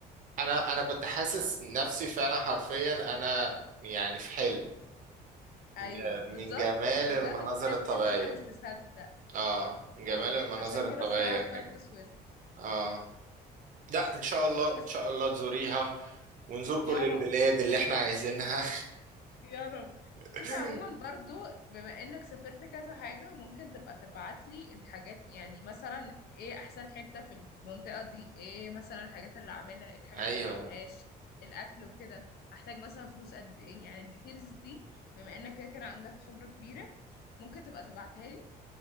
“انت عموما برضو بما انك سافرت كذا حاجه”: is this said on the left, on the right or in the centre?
Left